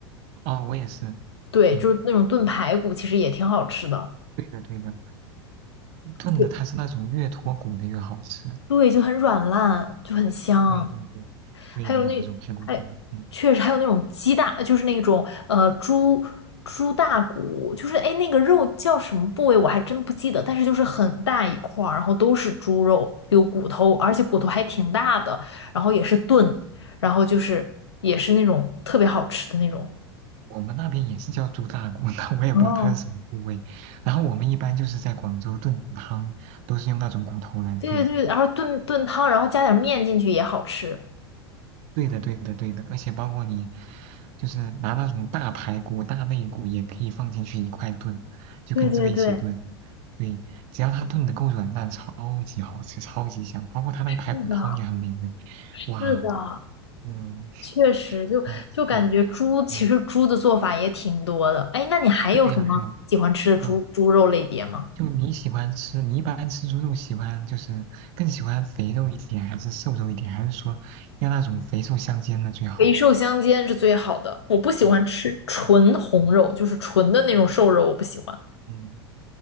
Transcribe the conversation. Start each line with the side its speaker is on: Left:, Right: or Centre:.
Right: 哦，我也是，
Left: 对，
Right: 嗯。
Left: 就是那种炖排骨，其实也挺好吃的。
Right: 对的，对的，炖的它是那种越脱骨的越好吃。
Left: 对，对，就很软烂，就很香。
Right: 对对对，对的那种排骨汤，
Left: 还有那，哎，
Right: 嗯，
Left: 确实还有那种鸡大，就是那种呃猪猪大骨，就是哎那个肉叫什么部位我还真不记得，但是就是很大一块儿，然后都是猪肉，有骨头，而且骨头还挺大的，然后也是炖，然后就是也是那种特别好吃的那种。
Right: 我们那边也是叫猪大骨，<laughs> 但我也不知道它是什么部位。
Left: 哦，
Right: 然后我们一般就是在广州炖汤，都是用那种骨头来炖。
Left: 对对对，然后炖炖汤，然后加点面进去也好吃。
Right: 对的，对的，对的，而且包括你就是拿那种大排骨、大肋骨也可以放进去一块炖，就跟这个一起炖。
Left: 对对对，
Right: 对，只要它炖的够软烂，超级好吃，超级香。包括它那个排骨汤也很美味，
Left: 是的，是的。
Right: 哇。嗯，
Left: 确实就，
Right: 嗯，
Left: 就感觉猪其实猪的做法也挺多的。
Right: 对，嗯，
Left: 哎，那你还有什么喜欢吃的猪猪肉类别吗？
Right: 对呀，对呀，嗯，就你喜欢吃，你一般吃猪肉喜欢就是更喜欢肥肉一点，还是瘦肉一点，还是说要那种肥瘦相间的最好？
Left: 肥瘦相间是最好的。我不喜欢吃纯红肉，
Right: 嗯嗯嗯
Left: 就是纯的那种瘦肉，
Right: 嗯
Left: 我不喜欢。
Right: 嗯，